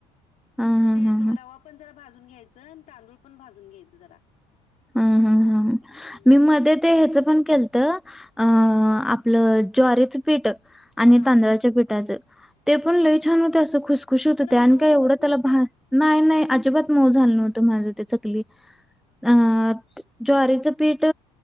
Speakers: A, in the centre; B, on the left (about 55°).
A: हा हा
B: ते
A: हा
B: दोरावा
A: हा
B: पण जरा भाजून घ्यायचं, आणि तांदूळ पण भाजून घ्यायचं जरा.
A: हा हा हा,
B: हम्म
A: मी मध्ये ते ह्याच पण केलं अ आपलं ज्वारीेच पीठ आणि
B: हा
A: तांदळाच्या पीठाचं. ते पण लई छान होतय, असं खुश खुशीत
B: खरं
A: होतय आणि
B: मऊ
A: काय एवढं
B: होत नाही
A: त्याला,
B: ते
A: नाही नाही अजिबात मऊ
B: ह
A: झालं नव्हतं माझं त्याच चकली. अं ज्वारीचं पीठ